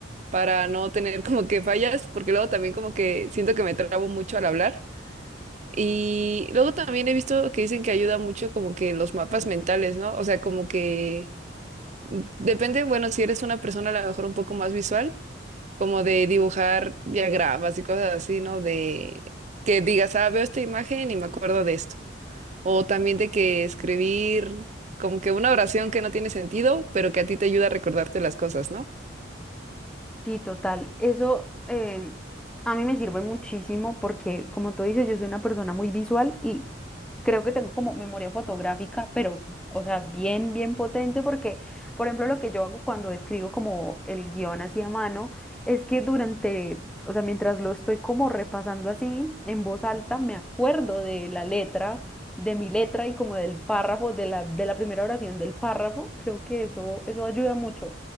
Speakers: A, on the right; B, in the centre.
A: para no tener como que fallas, porque luego también como que siento que me trabo mucho al hablar. Y luego también he visto que dicen que ayuda mucho como que los mapas mentales, ¿no? O sea, como que mm, depende, bueno, si eres una persona a lo mejor un poco más visual como de dibujar diagramas y cosas así, ¿no? De que digas, ah, veo esta imagen y me acuerdo de esto. O también de que escribir como que una oración que no tiene sentido, pero que a ti te ayuda a recordarte las cosas, ¿no?
B: Sí, total. Eso eh, a mí me sirve muchísimo porque, como tú dices, yo soy una persona muy visual y creo que tengo como memoria fotográfica, pero, o sea, bien, bien potente porque, por ejemplo, lo que yo hago cuando escribo como el guión así a mano es que durante, o sea, mientras lo estoy como repasando así en voz alta, me acuerdo de la letra, de mi letra y como del párrafo, de la, de la primera oración del párrafo. Creo que eso, eso ayuda mucho.